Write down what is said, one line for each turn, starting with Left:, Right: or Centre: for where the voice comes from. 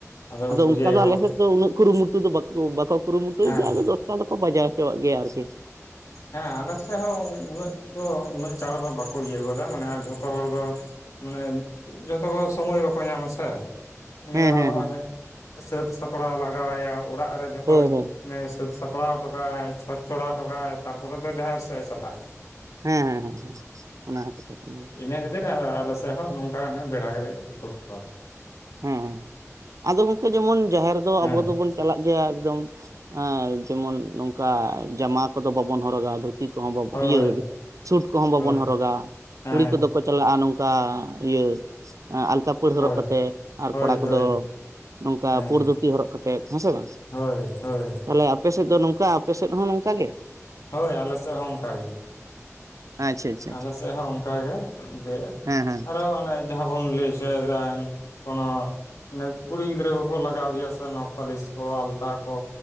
Right: ᱟᱫᱚ
Left: ᱠᱚ ᱯᱩᱡᱟᱹᱭᱟᱠᱚ
Right: ᱚᱱᱠᱟ ᱫᱚ ᱟᱞᱮᱥᱮᱜ ᱫᱚ ᱩᱱᱟᱹᱜ ᱠᱩᱨᱩᱢᱩᱴᱩ ᱫᱚ ᱵᱟᱠᱚ ᱵᱟᱠᱚ ᱠᱩᱨᱩᱢᱩᱴᱩᱭ
Left: ᱦᱮᱸ
Right: ᱜᱮᱭᱟ ᱟᱫᱚ ᱫᱚᱥᱴᱟ ᱫᱚᱠᱚ ᱵᱟᱡᱟᱣ ᱦᱚᱪᱚᱣᱟᱜ ᱜᱮᱭᱟ ᱟᱨᱠᱤ᱾
Left: ᱦᱮᱸ ᱟᱞᱮ ᱥᱮᱫ ᱦᱚᱸ ᱩᱱᱟᱹᱜ ᱫᱚ ᱩᱱᱟᱹᱜ ᱪᱟᱲ ᱫᱚ ᱵᱟᱠᱚ ᱤᱭᱟᱹ ᱠᱟᱫᱟ ᱢᱟᱱᱮ ᱡᱷᱚᱛᱚ ᱦᱚᱲ ᱫᱚ, ᱢᱟᱱᱮ ᱡᱚᱛᱚ ᱦᱚᱸ ᱥᱚᱢᱚᱭ ᱵᱟᱠᱚ ᱧᱟᱢᱟ ᱥᱮ᱾ ᱩᱱᱤ
Right: ᱦᱮᱸ
Left: ᱦᱚᱸ
Right: ᱦᱮᱸ ᱦᱮᱸ
Left: ᱦᱟᱱᱮ ᱥᱟᱹᱛ ᱥᱟᱯᱲᱟᱣ ᱞᱟᱜᱟᱣ ᱟᱭᱟ ᱚᱲᱟᱜ ᱨᱮ ᱡᱷᱚᱛᱚ
Right: ᱦᱳᱭ ᱦᱳᱭ
Left: ᱚᱱᱮ ᱥᱟᱹᱛ ᱥᱟᱯᱲᱟᱣ ᱦᱚᱴᱚ ᱠᱟᱜᱼᱟᱭ ᱪᱷᱚᱸᱪ ᱪᱷᱚᱲᱟᱣ ᱦᱚᱴᱚᱠᱟᱜᱼ ᱟᱭ ᱛᱟᱨᱯᱚᱨᱮ ᱫᱚ ᱡᱟᱦᱮᱨ ᱥᱮᱫᱼᱮ ᱪᱟᱞᱟᱜᱼᱟ᱾
Right: ᱦᱮᱸ ᱦᱮᱸ ᱦᱮᱸ ᱚᱱᱟ ᱦᱚᱸ ᱠᱟᱛᱷᱟ ᱠᱟᱱ ᱜᱮᱭᱟ,
Left: ᱱᱤᱭᱟᱹ ᱠᱷᱟᱛᱤᱨ ᱟᱻ ᱟᱞᱮᱥᱮᱜ <unintelligible> ᱦᱚᱸ ᱱᱚᱝᱠᱟ ᱵᱮᱲᱟ ᱠᱟᱛᱮᱫ ᱜᱮᱠᱚ ᱛᱩᱫ ᱠᱚᱣᱟ,
Right: ᱦᱮᱸ ᱦᱮᱸ ᱟᱫᱚ ᱜᱚᱝᱠᱮ ᱡᱮᱢᱚᱱ ᱡᱟᱦᱮᱨ ᱫᱚ
Left: ᱦᱮᱸ
Right: ᱟᱵᱚ ᱫᱚᱵᱚᱱ ᱪᱟᱞᱟᱜ ᱜᱮᱭᱟ ᱮᱠᱫᱚᱢ ᱡᱮᱢᱚᱱ ᱱᱚᱝᱠᱟ ᱡᱟᱢᱟ ᱠᱚᱫᱚ ᱵᱟᱵᱚᱱ ᱦᱚᱨᱚᱜᱟ ᱟᱫᱚ ᱫᱷᱩᱛᱤ ᱠᱚᱦᱚᱸ ᱵᱟᱵᱚ
Left: ᱦᱳᱭ
Right: ᱤᱭᱟᱹ ᱥᱩᱴ ᱠᱚᱦᱚᱸ ᱵᱟᱵᱚᱱ
Left: ᱦᱳᱭ
Right: ᱦᱚᱨᱚᱜᱟ
Left: ᱦᱮᱸ
Right: ᱠᱩᱲᱤ ᱠᱚᱫᱚ ᱠᱚ ᱪᱟᱞᱟᱜᱼᱟ ᱱᱚᱝᱠᱟ ᱤᱭᱟᱹ ᱟᱞᱛᱟ ᱯᱟᱹᱲ
Left: ᱦᱳᱭ
Right: ᱦᱚᱨᱚᱜ ᱠᱟᱛᱮᱜ᱾ ᱟᱨ
Left: ᱦᱳᱭ
Right: ᱠᱚᱲᱟ ᱠᱚᱫᱚ
Left: ᱦᱳᱭ
Right: ᱱᱚᱝᱠᱟ
Left: ᱦᱮᱸ
Right: ᱯᱩᱲ ᱫᱷᱩᱛᱤ ᱦᱚᱨᱚᱜ ᱠᱟᱛᱮ ᱦᱮᱸᱥᱮ ᱵᱟᱝ,
Left: ᱦᱳᱭ ᱦᱳᱭ
Right: ᱛᱟᱦᱚᱞᱮ ᱟᱯᱮᱥᱮᱫ ᱫᱚ ᱱᱚᱝᱠᱟ ᱟᱯᱮᱥᱮᱫ ᱦᱚᱸ ᱱᱚᱝᱠᱟ ᱜᱮ?
Left: ᱦᱳᱭ ᱟᱞᱮ ᱥᱮᱜ ᱦᱚᱸ ᱚᱱᱠᱟ ᱜᱮ᱾
Right: ᱟᱪᱪᱷᱟ ᱟᱪᱪᱷᱟ
Left: ᱟᱞᱮ ᱥᱮᱜ ᱦᱚᱸ ᱚᱱᱠᱟᱜᱮ ᱡᱮ
Right: ᱦᱮᱸ ᱦᱮᱸ
Left: ᱟᱨᱚ ᱚᱱᱮ, ᱡᱟᱦᱟᱸ ᱵᱚᱱ ᱞᱟᱹᱭ ᱦᱚᱪᱚᱭᱫᱟᱱ ᱠᱳᱱᱳ ᱚᱱᱮ ᱠᱩᱲᱤ ᱜᱤᱫᱽᱨᱟᱹ ᱠᱚᱠᱚ ᱞᱟᱜᱟᱣ ᱜᱮᱭᱟ ᱥᱮ ᱱᱚᱠ ᱯᱟᱞᱤᱥ ᱠᱚ ᱟᱞᱛᱟ ᱠᱚ